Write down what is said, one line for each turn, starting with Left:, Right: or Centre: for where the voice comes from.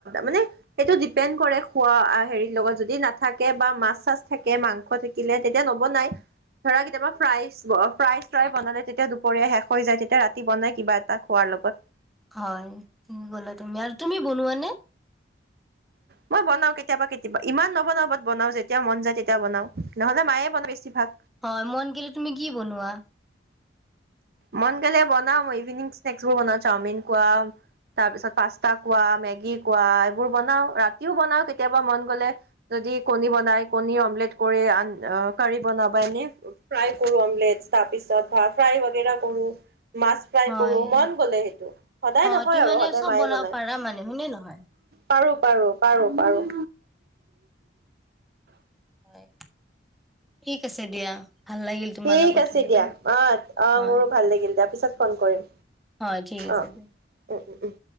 Right: মানে সেইটো ডিপেণ্ড কৰে খোৱা হেৰিৰ লগত, যদি নাথাকে বা মাছ চাছ থাকে মাংস থাকিলে তেতিয়া নবনাই। ধৰা কেতিয়াবা ফ্ৰাই ফ্ৰাই্ৰাই বনালে তেতিয়া দুপৰীয়া শেষ হৈ যায়। তেতিয়া ৰাতি বনাই কিবা এটা খোৱাৰ লগত।
Centre: হয় <unintelligible> তুমি আৰু তুমি বনোৱা নে?
Right: মই বনাও কেতিয়াবা কেতিয়াবা। ইমান নবনাও বাত বনাও যেতিয়াও মন যায় তেতিয়া বনাও। নহ'লে মায়ে বনায় বেছি ভাগ।
Centre: হয় মন গেল তুমি কি বনোৱা?
Right: মন গেলে বনাও মই ইভিনিং স্নকছ বোৰ বনাও, চাওমিন কোৱা, তাৰ পিছত পাস্তা কোৱা, মেগী কোৱা, এইবোৰ বনাও ৰাতিও বনাও কেতিয়াবা মন গলে, যদি কণী বনাই কণী অমলেট কৰি আন আ কাৰি বনাব এনেই প্ৰাই কৰো অমলেট, তাৰপিছত পিছত ভাত প্ৰায় বগেৰা কৰো। মাছ ফ্ৰাই
Centre: হয়
Right: কৰো মন গ'লে, সেইটো সদায়
Centre: অ',
Right: নহয়
Centre: তুমি
Right: আৰু
Centre: মানে
Right: সদায়
Centre: চব
Right: মায়ে
Centre: বনাব
Right: বনাই
Centre: পাৰা মানে হয়নে নহয়?
Right: পাৰো পাৰো পাৰো পাৰো।
Centre: হয় ঠিক আছে দিয়া ভাল লাগিল তোমাৰ
Right: ঠিক
Centre: লগত
Right: আছে
Centre: কথা পাতি,
Right: দিয়া অ অ
Centre: হয়,
Right: মোৰো ভাল লাগিল দিয়া পিছত ফোন কৰিম
Centre: হয় ঠিক আছে
Right: অ
Centre: দিয়া।
Right: উম উ উ